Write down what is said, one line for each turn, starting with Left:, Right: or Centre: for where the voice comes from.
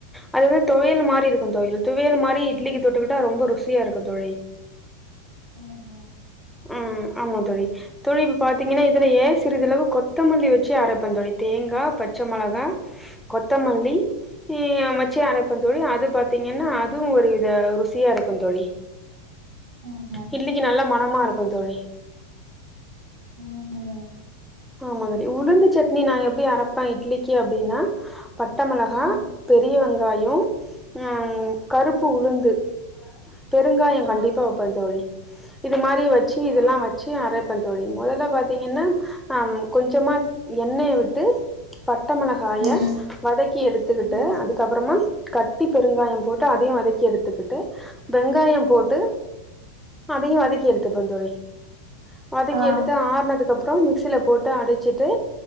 Centre: அது வந்து தொவையல் மாரி இருக்கு தோழி துவையல் மாரி இட்லிக்கு தொட்டுக்கிட்டா ரொம்ப ருசியா இருக்கு தோழி
Right: ம் ம்
Centre: ம் ஆமா தோழி தோழி இப்ப பாத்திங்கன்னா இதுலயே சிறிதளவு கொத்தமல்லி வச்சு அரப்பே தோழி தேங்கா பச்ச மொளகா கொத்தமல்லி தீ அமச்சி அரப்பே தோழி அது பாத்திங்கன்னா அதுவு ஒரு வித ருசியா இருக்கு தோழி
Right: ம்
Centre: இட்லிக்கு நல்ல மனமா இருக்கு தோழி
Right: ம் ம்
Centre: ஆமா தோழி உளுந்து சட்னி நா எப்டி அரப்பே இட்லிக்கி அப்டின்னா பட்டமெளகா
Right: ம்
Centre: பெரிய வெங்காயொ ம் கருப்பு உளுந்து பெருங்காயொ
Right: ஆ
Centre: கண்டிப்பா வெப்பே தோழி இது மாதரி வச்சு இதெல்லா
Right: ஆ
Centre: வ ச்சு அரப்பே தோழி மொதல்ல பாத்திங்கன்னா அ கொஞ்சமா எண்ணய விட்டு பட்டமொளகாய
Right: ம்
Centre: வதக்கி எடுத்துக்கிட்டு
Right: ம்
Centre: அதுக்கப்பறமா கட்டி பெருங்காயம் போட்டு அதையு வதக்கி எடுத்துக்கிட்டு வெங்காயம் போட்டு
Right: ம்
Centre: அதயும் வதிக் வதக்கி எடுத்துப்போம்‌ தோழி வதக்கி
Right: ஆ
Centre: எடுத்து ஆறுனதுக்கு அப்புறோம் மிக்சில போட்டு அடிச்சிட்டு